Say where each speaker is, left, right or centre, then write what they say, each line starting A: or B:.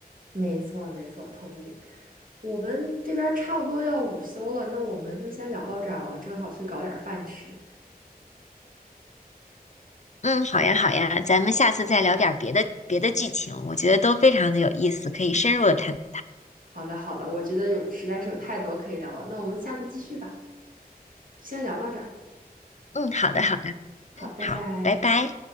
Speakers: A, on the right (about 60°); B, on the left (about 45°).
A: 没错，没错，同意。我们这边差不多要午休了，那我们就先聊到这儿吧，我正好去搞点饭吃。
B: 嗯，好呀好呀，咱们下次再聊点儿别的别的剧情，我觉得都非常的有意思，可以深入的探讨。
A: 好的，好的，我觉得有实在是有太多可以聊了，那我们下次继续吧。先聊到这儿，
B: 嗯，好的好的，
A: 好，拜拜。
B: 好，拜拜。